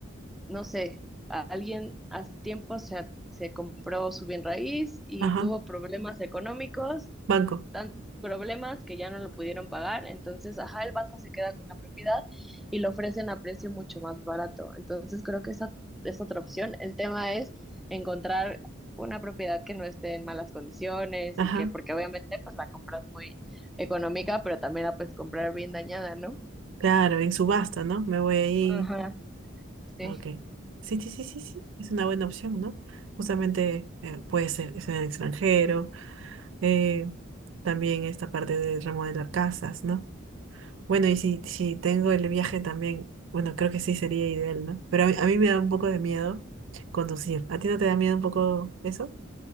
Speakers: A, in the centre; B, on the right.
A: no sé, a- alguien hace tiempo se, a- se compró su bien raíz y
B: Ajá,
A: tuvo problemas económicos,
B: banco.
A: tantos problemas que ya no lo pudieron pagar. Entonces, ajá, el banco se queda con la propiedad y lo ofrecen a precio mucho más barato. Entonces, creo que esa es otra opción. El tema es encontrar una propiedad que no esté en malas condiciones
B: Ajá,
A: y que, porque obviamente, pues la compras muy económica, pero también la puedes comprar bien dañada, ¿no?
B: claro, en subasta, ¿no? Me voy ahí.
A: Ajá, sí.
B: Ok. Sí, sí, sí, sí, sí. Es una buena opción, ¿no? Justamente eh, puede ser, es en el extranjero. eh, también esta parte de remodelar casas, ¿no? Bueno, y si, si tengo el viaje también, bueno, creo que sí sería ideal, ¿no? Pero a mí, a mí me da un poco de miedo conducir. ¿A ti no te da miedo un poco eso?